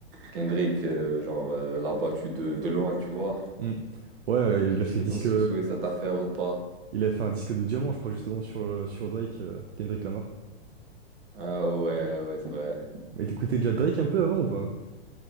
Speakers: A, on the right; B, on the right.
A: Kendrick, euh, genre, euh, l'a battu de, de loin, tu vois.
B: Hmm. Ouais, il
A: Je
B: a fait
A: sais
B: disque.
A: pas si tu souhaites cette affaire ou pas.
B: Il a fait un disque de diamant, je crois, justement, sur, le- sur Drake, euh, Kendrick Lamar.
A: Ah ouais, ouais, c'est vrai.
B: Mais t'écoutais déjà Drake un peu avant ou pas?